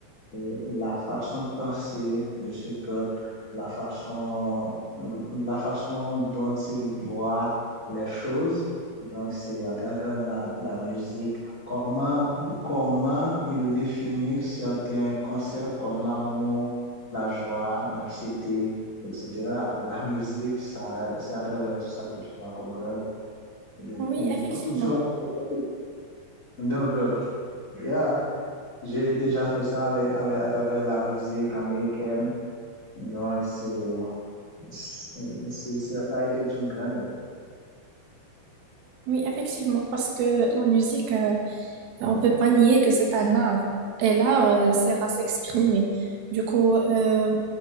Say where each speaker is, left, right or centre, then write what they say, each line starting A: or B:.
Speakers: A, on the left (about 45°); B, on the right (about 70°).
A: euh, la façon de penser de ce peuple, la façon, euh, la façon dont il voit les choses. Donc, c'est à travers la, la musique, comment, comment il définit certains concepts comme l'amour, la joie, l'anxiété, etc. La musique, ça, c'est à travers tout ça que tu vas comprendre. Et donc,
B: Oui, effectivement.
A: Tu vas comprendre d'un peuple. Yeah. J'ai déjà fait ça avec, avec, à travers la musique américaine. Donc, c'est, c'est, c'est- ça a été d'une grande aide.
B: Oui, effectivement, parce que la musique, euh, On peut pas nier que c'est un art. Et là, euh, c'est à s'exprimer. Du coup, euh,